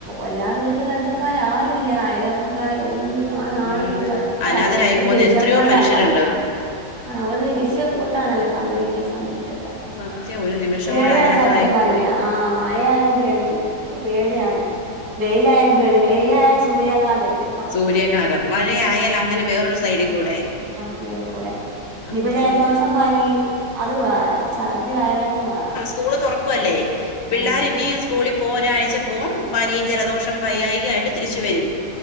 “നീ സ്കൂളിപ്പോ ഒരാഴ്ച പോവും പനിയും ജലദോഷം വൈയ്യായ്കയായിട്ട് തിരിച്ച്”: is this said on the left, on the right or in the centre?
Left